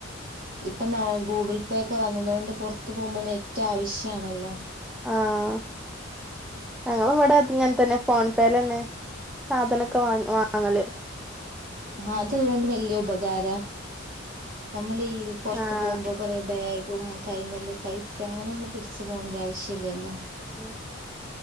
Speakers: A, on the right; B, in the centre.
A: ഇപ്പം ന ഗൂഗിൾ പേ ഒക്കെ വന്നതോണ്ട് പുറത്തു പോകുമ്പോ നെറ്റ് ആവശ്യണല്ലോ
B: ആഹ ഞങ്ങളും ഇവിടെങ്ങനെ തന്നെ ഫോൺ പേൽ തന്നെ സാധനമൊക്കെ വാ വാങ്ങല്ലേ
A: ആ അതള്ളൊണ്ട് വലയ ഉപകാര നമ്മൾഈ പുറത്ത്
B: ആഹ്
A: പോകുമ്പോ കൊറെ ബാഗ് കൈമല്ലി പൈസ അങ്ങനെ ഒന്നും പിടിച്ചു പോകേണ്ട ആവശ്യമില്ലല്ലോ
B: ഉ